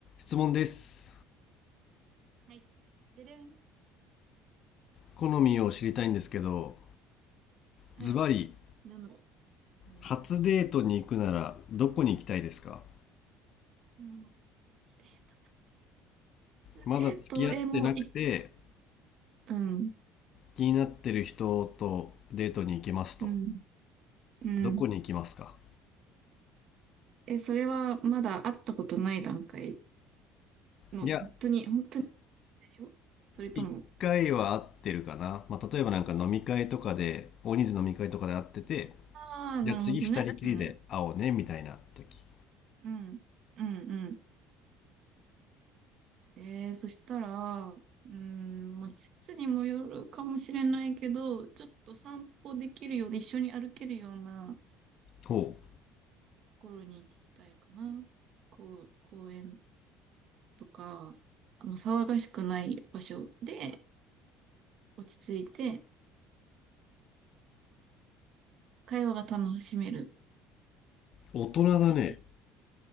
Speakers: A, on the left; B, on the right.
A: 質問です
B: はい。でれん。
A: 好みを知りたいんですけど
B: はい。
A: ズバリ
B: なのこうん。
A: 初デートに行くならどこに行きたいですか
B: うん。スレートか。スレート、
A: まだ付き合ってなくて
B: え、もう、い、うん、
A: 気になってる人とデートに行きますと
B: うん、うん。
A: どこに行きますか
B: え、それはまだ会ったことない段階の、
A: いや
B: 本当に、本当に最初それとも。
A: 一回は会ってるかな、まあ、例えばなんか飲み会とかで大人数飲み会とかで会ってて
B: ああ、なるほどね。
A: じゃあ次二人きりで会おうねみたいな時
B: うん、うん、うん、うん。えー、そしたら、うーん、まあ、季節にもよるかもしれないけど、ちょっと散歩できるようで一緒に歩けるような
A: ほう
B: ところに行きたいかな。こう、公園とか、あの、騒がしくない場所で落ち着いて、会話が楽しめる
A: 大人だね
B: 感じ。